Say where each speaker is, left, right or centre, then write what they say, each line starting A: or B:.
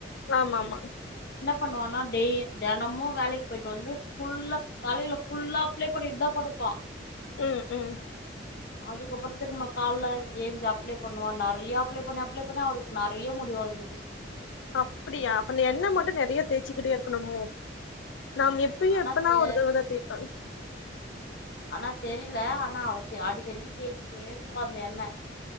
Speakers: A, on the left (about 80°); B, on the left (about 55°).
A: ஆமா ஆமா
B: பண்வானா டெய் தெனமு வேலைக்கு போயிட்டு வந்து ஃபுல்லா தலையில ஃபுல்லா அப்ளே பண்ணிட்டு தா படுப்பா
A: உ உ
B: அதுக்கப்ரோ திரும்ம கால்ல ஏஞ்ச அப்ளே பண்ணுவா நெறைய அப்ளே பண்ணி அப்ளே பண்ணி அவருக்கு நெறைய முடி வளந்துச்சி
A: அப்டியா அப்ப நீ என்ன மட் டு நெறைய தேச்சிக்கிட்டே இருக்கணுமோ நாம் எப்பியு
B: ஆனா
A: எப்பனா
B: தெ
A: ஒரு தடவ தா தேய்ப்ப
B: ஆனா தெரியில ஆனா அவத் தே அடிக்கடிக்கு தேய்ச்சிட்டே இருப்பா அந்த எண்ண